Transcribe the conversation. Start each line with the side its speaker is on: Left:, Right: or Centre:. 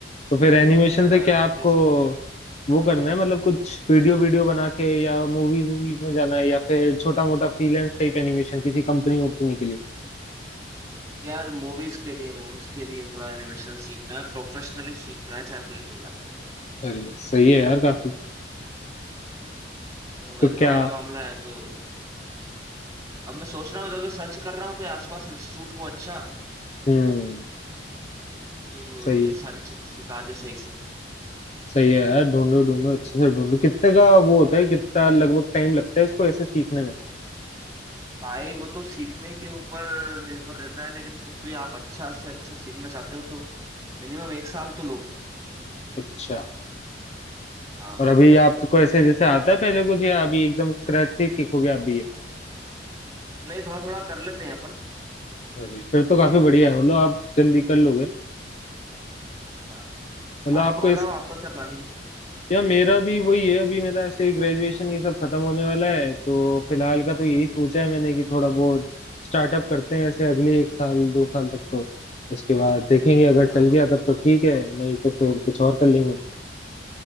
Left: तो फिर एनिमेशन
Right: और मेरा
Left: से क्या
Right: इंटरेस्ट
Left: आपको
Right: भी
Left: वो करना है मतलब कुछ वीडियो वीडियो बना के या मूवीज मूवीज में जाना है या फिर छोटा मोटा फ्रीलांस टाइप एनिमेशन किसी कंपनी वंपनी के लिए
Right: यार मूवीज के लिए मूवीज के लिए थोड़ा एनिमेशन सीखना है प्रोफेशनली सीखना है चाहे कुछ भी हो जाए
Left: अरे सही है यार काफी
Right: तो
Left: तो
Right: वैसा
Left: क्या
Right: वाला मामला है तो अब मैं सोच रहा हूँ इधर उधर सर्च कर रहा हूँ कोई आसपास इंस्टीट्यूट हो अच्छा
Left: हम्म
Right: जो
Left: सही
Right: ये
Left: है
Right: सारी चीजें सिखा दे सही से
Left: सही है यार ढूंढो ढूंढो अच्छे से ढूंढो कितने का वो होता है कितना लगभग टाइम लगता है इसको ऐसे सीखने में
Right: भाई वो तो सीखने के ऊपर निर्भर रहता है लेकिन फिर भी आप अच्छा से अच्छा सीखना चाहते हो तो मिनिमम एक साल तो लो
Left: अच्छा
Right: हाँ
Left: और
Right: भाई
Left: अभी आपको ऐसे जैसे आता है पहले कुछ या अभी एकदम स्क्रैच से ही सीखोगे आप भी ये
Right: नहीं थोड़ा थोड़ा कर लेते हैं अपन
Left: जी फिर तो काफी बढ़िया है मतलब आप जल्दी कर लोगे
Right: हाँ
Left: मतलब आपको
Right: आपको बताओ
Left: इस
Right: आपका क्या प्लानिंग है
Left: या मेरा भी वही है अभी मेरा ऐसे ग्रेजुएशन ये सब खत्म होने वाला है तो फिलहाल का तो यही सोचा है मैंने कि थोड़ा बहुत स्टार्टअप करते हैं ऐसे अगले एक साल दो साल तक तो उसके बाद देखेंगे अगर
Right: हाँ
Left: चल गया तब तो ठीक है नहीं तो फिर कुछ और कर लेंगे